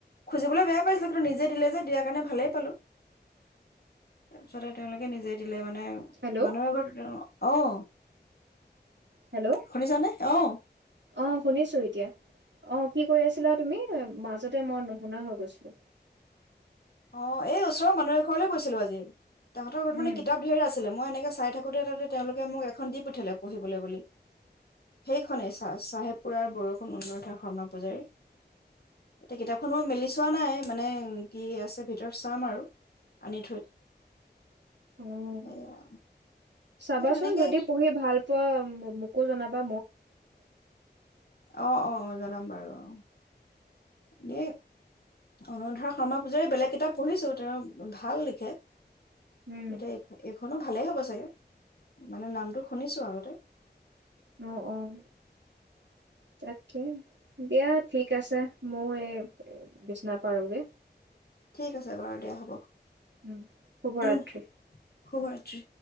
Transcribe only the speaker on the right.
হেল্ল'
হেল্ল'
অ', শুনিছো এতিয়া অ' কি কৈ আছিলা তুমি? মাজতে মই নুশুনা হৈ গৈছিলো।
উম।
উম,
চাবাচোন
যদি পঢ়ি ভাল পোৱা। মোকো জনাবা।
উম।
অ', অ', তাকে দিয়া ঠিক আছে। মইও এই বিচনা পাৰোগে।
উম শুভৰাত্ৰি।